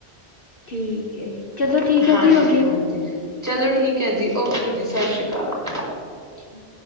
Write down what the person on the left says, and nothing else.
ਠੀਕ ਹੈ ਜੀ ਚਲੋ ਠੀਕ ਹੈ
ਜੀ ਹੋ ਗਿਆ।
ਹੂ।